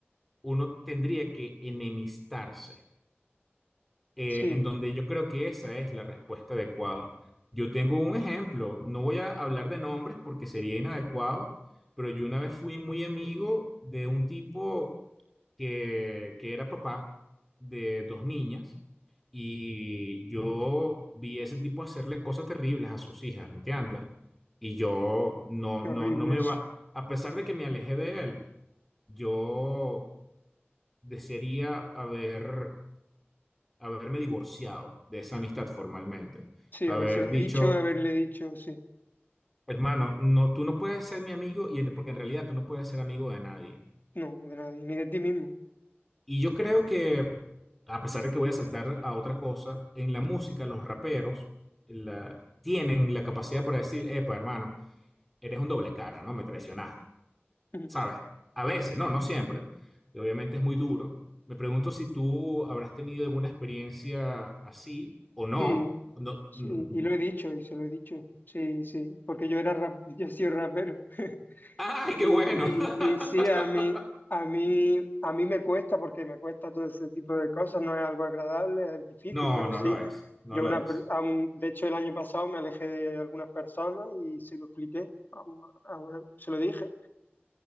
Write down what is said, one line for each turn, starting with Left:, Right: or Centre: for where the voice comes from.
Centre: uno tendría que enemistarse, eh,
Left: Sí,
Centre: en donde yo creo que esa es la respuesta adecuada. Yo tengo un ejemplo, no voy a hablar de nombres porque sería inadecuado, pero yo una vez fui muy amigo de un tipo que, que era papá de dos niñas y yo vi ese tipo hacerle cosas terribles a sus hijas, ¿me entiendes? Y yo no,
Left: qué
Centre: no,
Left: horrible
Centre: no me
Left: eso.
Centre: va, a pesar de que me alejé de él, yo desearía haber, haberme divorciado de esa amistad formalmente,
Left: Sí,
Centre: haber
Left: habérselo
Centre: dicho,
Left: dicho, haberle dicho, sí.
Centre: hermano, no, tú no puedes ser mi amigo y porque en realidad tú no puedes ser amigo de nadie.
Left: No, de nadie, ni de ti mismo.
Centre: Y yo creo que, a pesar de que voy a saltar a otra cosa, en la música los raperos la- tienen la capacidad para decir, epa, hermano, eres un doble cara, ¿no? Me traicionaste,
Left: Ujú.
Centre: ¿sabes? A veces, no, no siempre. Y obviamente es muy duro. Me pregunto si tú habrás tenido alguna experiencia así o no.
Left: Sí,
Centre: No,
Left: sí,
Centre: no. no.
Left: y lo he dicho, y se lo he dicho. Sí, sí, porque yo era rap, <laughs> yo he sido rapero.
Centre: ¡Ay,
Left: Y,
Centre: qué bueno! <laughs>
Left: y, y sí, a mí, a mí, a mí me cuesta porque me cuesta todo ese tipo de cosas, no es algo agradable, es difícil,
Centre: No,
Left: pero
Centre: no
Left: sí,
Centre: lo es, no
Left: yo
Centre: lo
Left: una,
Centre: es.
Left: per- a un- de hecho el año pasado me alejé de algunas personas y se lo expliqué, a una- a una- se lo dije